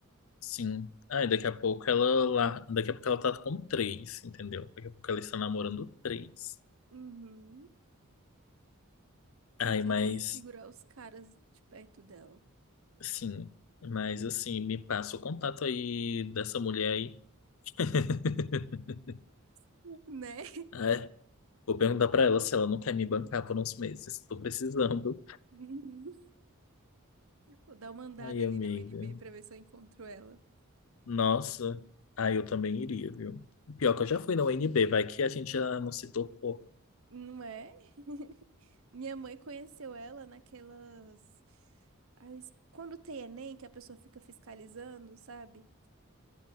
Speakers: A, on the left; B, on the right.
A: Sim. Ai, daqui a pouco ela lá, daqui a pouco ela tá com três, entendeu? Daqui a pouco ela está namorando três.
B: Uhum.
A: Ai,
B: Tem que
A: mas
B: segurar os caras de perto dela,
A: sim, mas assim, me passa o contato aí dessa mulher aí. <laughs>
B: <laughs> né?
A: Ai, vou perguntar pra ela se ela não quer me bancar por uns meses. Tô precisando.
B: Uhum. Vou dar uma andada
A: Ai,
B: ali
A: amiga.
B: na U N B pra ver se eu encontro ela.
A: Nossa. Ai, eu também iria, viu? Pior que eu já fui na U n b vai que a gente já não se topou.
B: Não é? <laughs> Minha mãe conheceu ela naquelas. Aí eu es- quando tem Enem, que a pessoa fica fiscalizando, sabe?